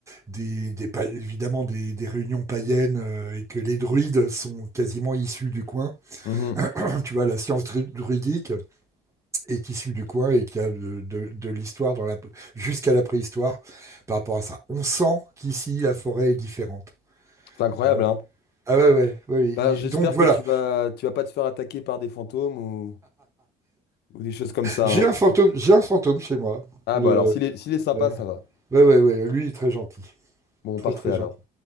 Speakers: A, on the right (about 15°); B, on the left (about 75°).
A: des, des pa- évidemment des, des réunions païennes, euh, et que les druides sont quasiment issus du coin.
B: Mhm.
A: <clears throat> Tu vois, la science dru- druidique, est issu du coin et qui a de, de- de l'histoire dans la, jusqu'à la préhistoire par rapport à ça. On sent qu'ici, la forêt est différente,
B: C'est incroyable,
A: tu vois.
B: hein?
A: Ah ouais, ouais, ouais, ouais.
B: Bah,
A: Il-
B: j'espère
A: Donc voilà,
B: que tu vas tu vas pas te faire attaquer par des fantômes ou, ou des choses comme ça,
A: j'ai
B: hein.
A: un fantôme, j'ai un fantôme chez moi.
B: Ah
A: Le,
B: bah alors s'il est s'il est sympa,
A: le-
B: ça va.
A: ouais, ouais, ouais, lui, il est très gentil.
B: Bon,
A: Très,
B: parfait
A: très
B: alors.
A: gentil.